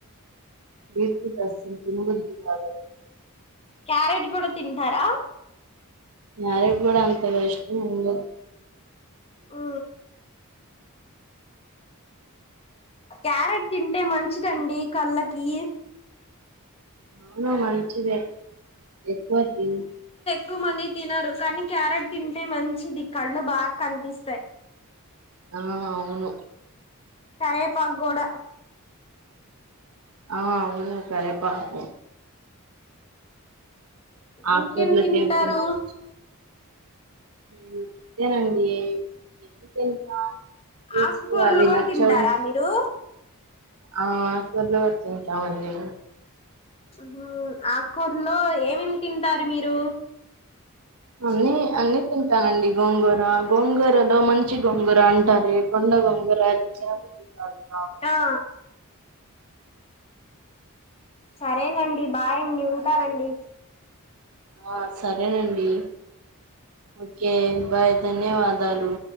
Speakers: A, on the right (about 75°); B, on the left (about 25°).
A: వీట్ని అయితే అస్సలు తినబుద్ధికాదు.
B: క్యారెట్ కూడా తింటారా.
A: క్యారెట్ కూడా అంతగా ఇష్టం ఉండదు.
B: ఆ క్యారెట్ తింటే మంచిదండి కళ్ళకి
A: అవును మంచిదే ఎక్కువ తి
B: క్కువ మంది తినరు కానీ క్యారెట్ తింటే మంచిది కళ్ళు బాకనిపిస్తయి.
A: ఆ అవును
B: కరేపాకు గూడ
A: ఆ అవును కరే పాకు ఆకు
B: ఇంకేం
A: కూరలు
B: తింటారు
A: తింటే మంచి నేను ఇంతేనండి ఇంకేంత ప్రుట్స్
B: ఆకుకూరలు
A: అవి
B: కూడా
A: నచ్చవు
B: తింటారా మీరు
A: ఆ ఆకుకూరలు తింటామండి.
B: ఆహా ఆ కూర్లో ఏమేమి తింటారు మీరు
A: అన్నీ అన్ని తింటానండి గోంగూర, గోంగూరలో మంచి గోంగూర అంటారే కొండ గోంగూర కానా
B: ఆ సరేనండి బాయ్ ఉంటారండి
A: ఆ సరేనండి ఓకే బాయ్ ధన్యవాదాలు